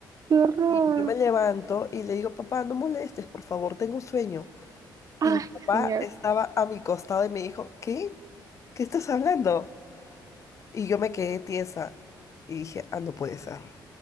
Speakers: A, on the right (about 45°); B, on the left (about 40°).
A: ¡Qué horror!
B: Y yo me levanto y le digo, papá, no molestes, por favor, tengo sueño.
A: Ay,
B: Y mi papá
A: señor.
B: estaba a mi costado y me dijo, ¿qué? ¿Qué estás hablando? Y yo me quedé tiesa y dije, ah, no puede ser.